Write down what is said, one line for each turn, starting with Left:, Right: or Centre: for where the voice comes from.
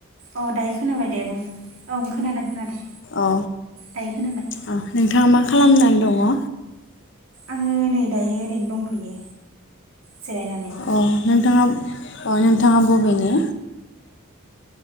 Right: अ दायो खोनाबाय दे बुं औ खोनादों खोनादों
Left: औ
Right: दायो खोनाबाय
Left: औ नोंथाङा मा खालामनानै दङो
Right: आङो नै दायो ओरैनो दंथयो जिरायनानै
Left: अ नोंथाङा अ नोंथाङा बबेनि